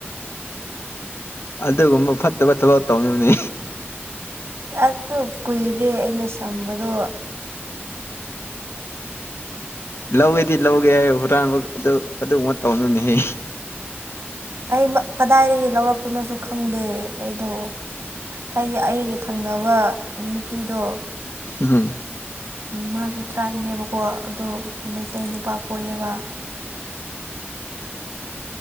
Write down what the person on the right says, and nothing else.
ꯑꯗꯨ ꯀꯨꯏꯔꯦ ꯑꯩꯅ ꯁꯝꯕꯗꯣ
ꯑꯩ ꯀꯗꯥꯏꯗꯒꯤ ꯂꯧꯔꯛꯄꯅꯣꯁꯨ ꯈꯪꯗꯦ ꯑꯩꯗꯣ ꯍꯥꯏꯗꯤ ꯑꯩꯒꯤ ꯊꯪꯅꯕ ꯅꯨꯄꯤꯗꯣ
ꯃꯥꯁꯨ ꯇ꯭ꯔꯥꯏꯞꯅꯦꯕꯀꯣ ꯑꯗꯣ ꯃꯩꯇꯩ ꯅꯨꯄꯥ ꯀꯣꯏꯌꯦꯕ